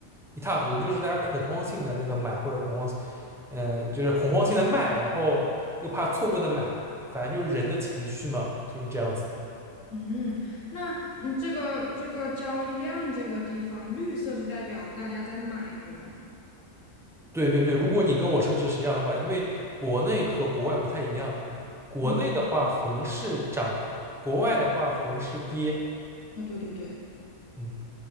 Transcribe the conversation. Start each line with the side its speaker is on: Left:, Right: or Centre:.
Centre: 一塌糊涂，就是大家恐慌性的那个买或者恐慌，嗯、就是恐慌性的卖，然后又怕错过的买，反正就是人的情绪嘛，就是这样子的。
Left: 嗯，那嗯，这个这个交易量这个地方，绿色是代表大家在买，对吗？
Centre: 对对对，如果你跟我设置是一样的话，因为国内和国外不太一样，国内的话红是涨，
Left: 嗯，
Centre: 国外的话红是跌。
Left: 啊，对对对。
Centre: 嗯。